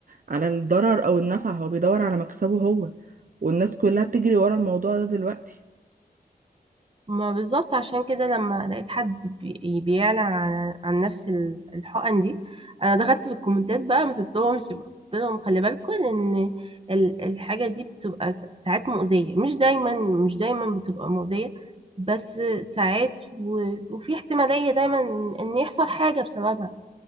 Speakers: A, on the right; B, on the right.
A: على الضرر او النفع هو بيدور على مكسبه هو والناس كلها بتجري ورا الموضوع ده دلوقتي
B: ما بالظبط عشان كده لما لقيت حد بي- يعني بيعلن عن عن نفس ال- الحقن دي انا دخلت في الكومنتات بقى ما سبتهمش بقى قلت لهم خلي بالكم ان ال- الحاجه دي بتبقى س- ساعات مؤذيه مش دايما مش دايما بتبقى مؤذيه بس ساعات و... وفي احتماليه دايما ان إن يحصل حاجه بسببها